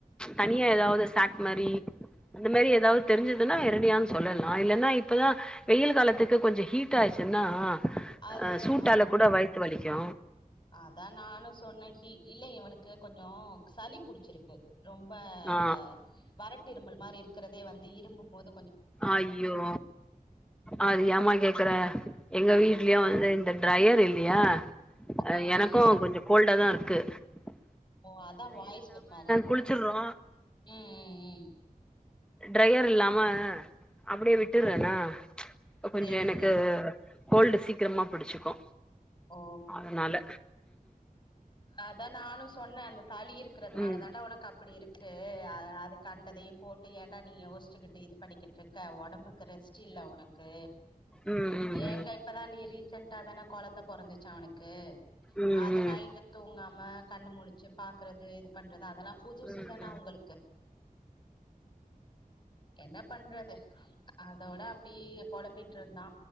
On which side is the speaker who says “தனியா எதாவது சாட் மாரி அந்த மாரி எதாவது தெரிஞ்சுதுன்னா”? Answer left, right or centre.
Centre